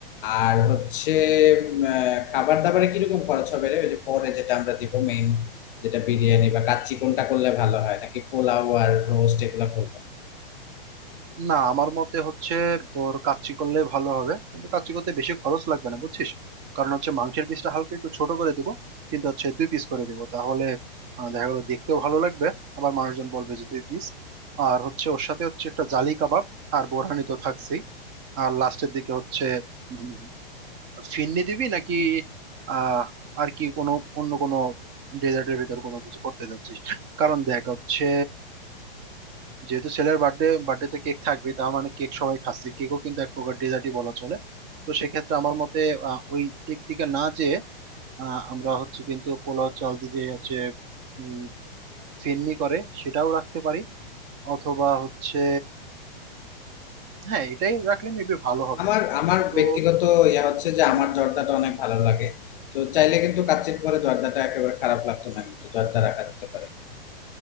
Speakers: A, on the left; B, on the right.
A: আর হচ্ছে উম, আহ, খাবার দাবারে কিরকম খরচ হবে রে ওই যে পরে যেটা আমরা দিব মেইন যেটা বিরিয়ানি বা কাচ্চি কোনটা করলে ভালো হয় নাকি পোলাও আর রোস্ট এগুলো করবো
B: না আমার মতে হচ্ছে তোর কাচ্চি করলে ভালো হবে কিন্তু কাচ্চি করতে বেশি খরচ লাগবে না বুঝছিস কারণ হচ্ছে মাংসের পিসটা হালকা একটু ছোট করে দিব কিন্তু হচ্ছে দুই পিস করে দিব তাহলে আহ, দেখা গেলো দেখতেও ভালো লাগবে আবার মানুষজন বলবে যে দুই পিস আর হচ্ছে ওর সাথে হচ্ছে একটা জালি কাবাব আর বোরহানি তো থাকছেই আর লাস্টের দিকে হচ্ছে উম, ফিরনি দিবি নাকি আহ আর কি কোনো অন্য কোনো ডেজার্টের ভিতর কোনো কিছু করতে যাচ্ছিস কারণ দেখ হচ্ছে যেহেতু ছেলের বার্থডে বার্থডে তে কেক থাকবে তার মানে কেক সবাই খাচ্ছে কেকও কিন্তু এক প্রকার ডেজার্টই বলা চলে তো সেক্ষেত্রে আমার মতে আহ, ওই কেক দিকে না যে আমরা হচ্ছে কিন্তু পোলাও চাল দিয়ে যে হচ্ছে উম, ফেননি করে সেটাও রাখতে পারি অথবা হচ্ছে হ্যাঁ এটাই রাখলে মেবি ভালো হবে
A: আমার আমার
B: তো
A: ব্যক্তিগত ইয়া হচ্ছে যে আমার জর্দাটা অনেক ভালো লাগে তো চাইলে কিন্তু কাচ্চির পরে জর্দাটা একেবারে খারাপ লাগতো না কিন্তু জর্দা রাখা যেতে পারে